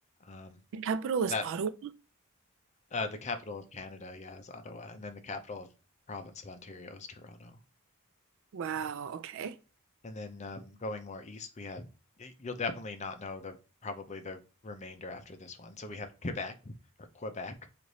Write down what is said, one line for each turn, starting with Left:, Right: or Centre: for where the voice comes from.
Left: Um,
Right: The capital is
Left: that
Right: Ottawa?
Left: uh, the capital of Canada, yeah, is Ottawa, and then the capital of province of Ontario is Toronto.
Right: Wow,
Left: yeah.
Right: okay.
Left: And then um, going more east, we have, y- you'll definitely not know the probably the remainder after this one. So we have Quebec or Quebec.